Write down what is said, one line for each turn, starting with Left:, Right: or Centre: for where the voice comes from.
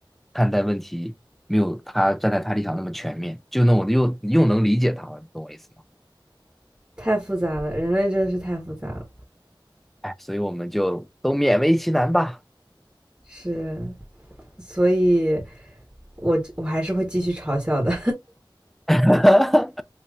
Centre: 看待问题没有他站在他立场那么全面，就那我又又能理解他了，你懂我意思吗？
Right: 太复杂了，人类真的是太复杂了。
Centre: 哎，所以我们就都勉为其难吧。
Right: 是，所以我我还是会继续嘲笑的。
Centre: <laughs>